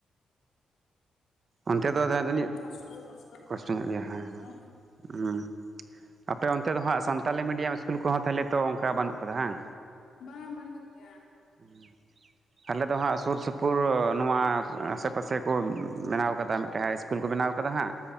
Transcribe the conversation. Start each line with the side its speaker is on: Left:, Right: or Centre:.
Right: ᱚᱱᱛᱮ ᱫᱚ
Left: ᱚᱞᱚᱜ
Right: ᱡᱟ
Left: ᱯᱟᱲᱦᱟᱜ
Right: ᱡᱟᱹᱱᱤᱡ
Left: ᱫᱚ ᱠᱚᱥᱴᱚ ᱫᱚ
Right: ᱠᱚᱥᱴᱚ
Left: ᱟᱞᱮ
Right: ᱧᱚᱜ ᱜᱮᱭᱟ,
Left: ᱱᱚᱰᱮ
Right: ᱦᱮᱸ
Left: ᱠᱷᱚᱱᱟᱜ
Right: ᱦᱮᱸ
Left: ᱫᱚ
Right: ᱩᱸ᱾ ᱟᱯᱮ ᱚᱱᱛᱮ ᱫᱚ ᱦᱟᱸᱜ ᱥᱟᱱᱛᱟᱞᱤ ᱢᱤᱰᱟᱢ ᱤᱥᱠᱩᱞ ᱠᱚᱦᱚᱸ ᱛᱟᱦᱚᱞᱮ ᱛᱚ ᱚᱱᱠᱟ ᱵᱟᱹᱱᱩᱜ ᱠᱟᱫᱟ ᱦᱟᱝ?
Left: ᱵᱟᱝ ᱵᱟᱹᱱᱩᱜ ᱜᱮᱭᱟ᱾
Right: ᱦᱩᱸ᱾ ᱟᱞᱮ ᱫᱚ ᱦᱟᱸᱜ ᱥᱩᱨ ᱥᱩᱯᱩᱨ ᱱᱚᱣᱟ ᱟᱥᱮ ᱯᱟᱥᱮ ᱠᱚ ᱵᱮᱱᱟᱣ ᱠᱟᱫᱟ, ᱢᱤᱫᱴᱟᱝ ᱦᱟᱭ ᱤᱥᱠᱩᱞ ᱠᱚ ᱵᱮᱱᱟᱣ ᱠᱟᱫᱟ ᱦᱟᱸᱜ